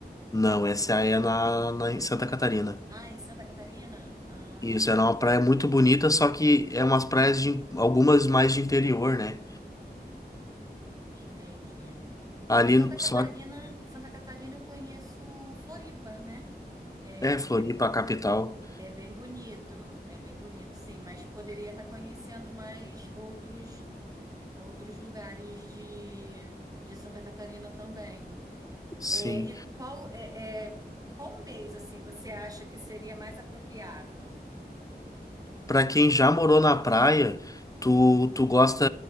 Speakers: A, on the left; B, on the right.
A: Não, essa é na, na em Santa Catarina.
B: Ah, em Santa Catarina? Ah.
A: Isso, era uma praia muito bonita, só que é umas praias de algumas mais de interior, né?
B: Entendi.
A: Ali
B: É, Santa
A: no-
B: Catarina,
A: só
B: Santa Catarina eu conheço Floripa, né? É,
A: é Floripa,
B: é,
A: a capital.
B: é bem bonito, é bem bonito, sim, mas poderia estar conhecendo mais outros outros lugares de, de Santa Catarina também.
A: Sim.
B: É, e qual é, é, qual mês assim você acha que seria mais apropriado?
A: Pra quem já morou na praia, tu tu gosta